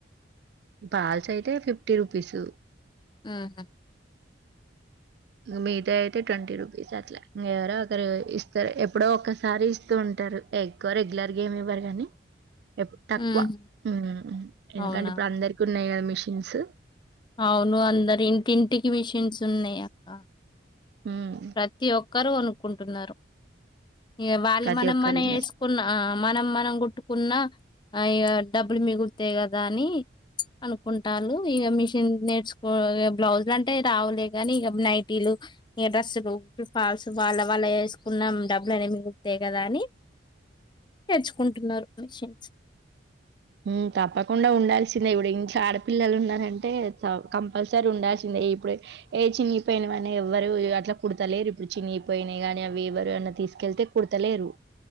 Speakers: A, on the right; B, on the left.
A: పాల్స్ అయితే ఫిఫ్టీ రుపీస్
B: మ్మ్ హ్మ్
A: మీతో అయితే ట్వంటీ రూపీస్ అట్లా ఇంక ఎవరో ఒకరు ఇస్తారు ఎప్పుడో ఒక్కసారి ఇస్తూ ఉంటారు ఎక్వ రెగ్యులర్గా ఏమి ఇవ్వరు కానీ ఎప్ తక్కువ
B: ఉహు
A: మ్మ్ ఎందుకంటే
B: అవునా
A: ఇప్పుడు అందరికి న్నాయి మిషిన్స్
B: అవును అందరు ఇంటింటికి విషన్స్ ఉన్నాయి అక్క
A: ఉమ్
B: ప్రతి ఒక్కరుూ కొనుక్కుంటు టున్నారు ఇగ వాళ్ళు
A: ప్రతి
B: మనం
A: ఒక్కరు
B: మనం
A: ఉన్నాయి
B: వేసుకున్న మనం మ మనం కుట్టుకున్న ఆ ఇగ డబ్బులు మిగులుతాయి కదా అని అనుకుంటాళ్లు ఇగ మిషన్ నేర్చుకో బ్లౌజ్లు అంటే రావులే కానీ ఇగ నైటీలు ఇగ డ్రెస్సులు లు ఫాల్స్ వాళ్ళ వాళ్ళ ఏస్ కున్నాం డబ్బులు అనే మిగుతాయి కదా అని తెచ్చుకుంటున్నారు మిషన్స్
A: మ్మ్ తప్పకుండా ఉండాల్సిందే ఇప్పుడు ఇంట్ల ఆడపిల్లలు ఉన్నారంటే కంపల్సరీ ఉంల్సిందే ఇప్పుడు ఏ చినిగిపోయినావని ఎవ్వరు అట్లా కుడతలేరు ఇప్పుడు చినిగిపోయినాయి గాని అవి ఎవరు అన్నా తీసుకెళ్తే కుడతలేరు